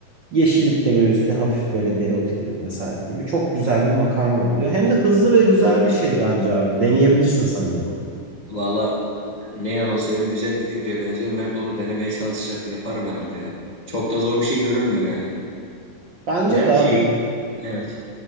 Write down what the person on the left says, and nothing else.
Valla e, ne yalan söyleyeyim güzel bir fikre benziyor. Mert onu denemeye çalışacağım. Yaparım herhalde ya. Çok da zor bir şey görünmüyor yani.
Mert
şey evet.